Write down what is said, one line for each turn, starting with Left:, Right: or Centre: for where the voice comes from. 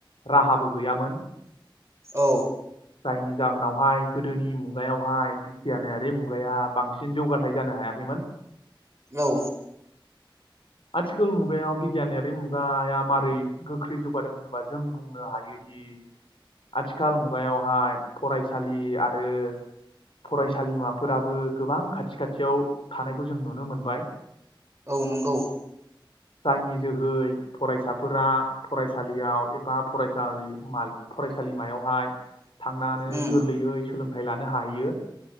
Left: राहाबो गैयामोन
Right: औ
Left: जायनि जाहोनावहाय गोदोनि मुगायावहाय बिगियानारि मुगाया बांसिन जौगाथाइ जानो हायाखैमोन।
Right: औ।
Left: आथिखाल मुगायाव बिग बिगियानारि मुगाया मारै गोख्रै जौगादों होनोबा जों बुंनो हायोदि आथिखाल मुगायावहाय फरायसालि आरो फरायसालिमाफोराबो गोबां खाथि खाथियाव थानायखौ जों नुनो मोनबाय
Right: औ नंगौ
Left: जायनि जोहै फरायसाफोरा फरायसालियाव एबा फरायसालि माल फरायसालिमायावहाय थांनानै
Right: उम
Left: गोरलैयै सोलोंथाइ लानो हाहैयो।